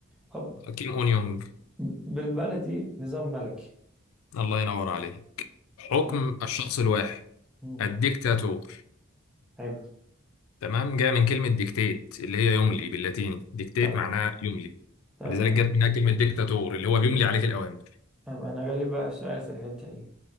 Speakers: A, in the centre; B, on the left.
A: أب
B: كيم أونيونج
A: ب- بالبلدي نظام ملكي
B: الله ينور عليه حكم
A: تمام
B: الشخص الواحد
A: مم.
B: الديكتاتور
A: حلو
B: تمام جاء من كلمة ديكتات اللي هي يملي باللاتيني ديكتات
A: طيب
B: معناها يملي
A: طيب
B: ولذلك
A: احنا
B: جت منها كلمة ديكتاتور اللي هو بيملي عليك الأوامر
A: طيب انا جالي بقى سؤال في الحتة دي